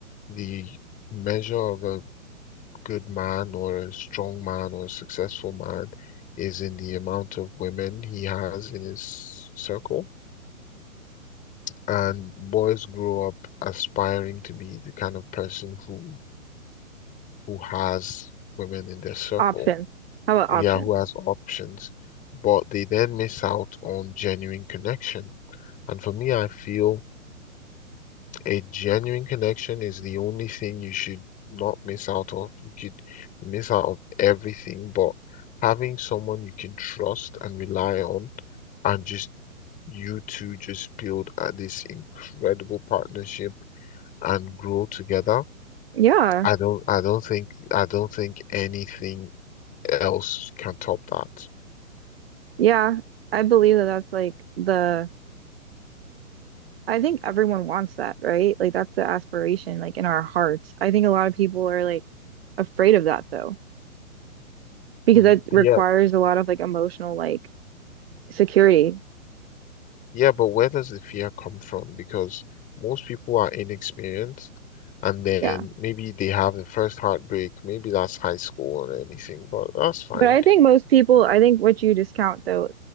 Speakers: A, on the left; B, on the right.
A: the measure of a good man or a strong man or a successful man is in the amount of women he has in his circle. And boys grow up aspiring to be the kind of person who who has women in their circle,
B: Options. How about
A: yeah,
B: options?
A: who has options, but they then miss out on genuine connection And for me, I feel a genuine connection is the only thing you should not miss out of. You could miss out of everything, but having someone you can trust and rely on and just you two just build uh, this incredible partnership and grow together.
B: Yeah.
A: I don't I don't think I don't think anything else can top that.
B: Yeah. I believe that that's like the, I think everyone wants that, right? Like that's the aspiration, like in our hearts. I think a lot of people are like afraid of that though, because
A: Hmm.
B: that requires
A: Yeah.
B: a lot of like emotional like security.
A: Yeah, but where does the fear come from? Because most people are inexperienced and then
B: Yeah.
A: maybe they have the first heartbreak. Maybe that's high school or anything, but that's fine.
B: But I think most people, I think what you discount though,